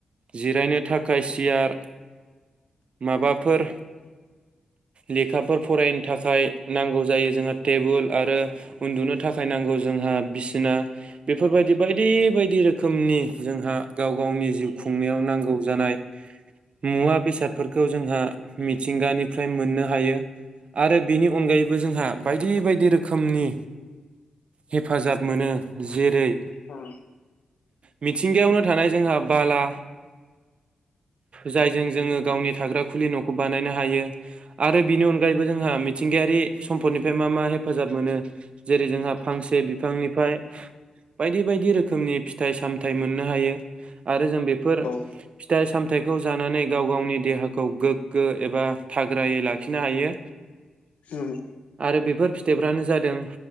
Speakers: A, on the right; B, on the left.
A: जिरायनो थाखाय सियार। माबाफोर लेखाफोर फरायनो थाखाय नांगौ जायो जोंहा टेबोल आरो। उन्दुनो थाखाय नांगौ जोंहा बिसिना बेफोरबायदि बायदि। बायायदि रोखोमनि जोंहा गाव गावनि जिउ खुंनायाव नांगौ जानाय मुवा बेसादफोरखौ जोंहा मिथिंगानिफ्राय मोननो हायो। आरो बेनि अनगायैबो जोंहा- बायदि बायदि रोखोमनि हेफाजाब मोनो जेरै-
B: उम।
A: मिथिंगायावनो थानाय जोंहा बाला जायजों जोङो गावनि थाग्रा खुलि न'खौ बानायनो हायो। आरो बिनि अनगायैबो जोंहा मिथिंगायार रि सम्पदनिफ्राय मा मा हेफाजाब मोनो। जेरै जोंहा फांस बिफांनिफ फाय बायदि बायदि रोख खोमनि फिथ थाइ सामथायाइ मोननो हायो। आरो जों बेफोर
B: औ
A: फिथाइ साम थायखौ जानानै गाव गावनि देहाखौ गोग्गो एबा थाग्रायै लाखिनो हायो।
B: उम,
A: आरो बेफोर फिथाइफ्रानो जादों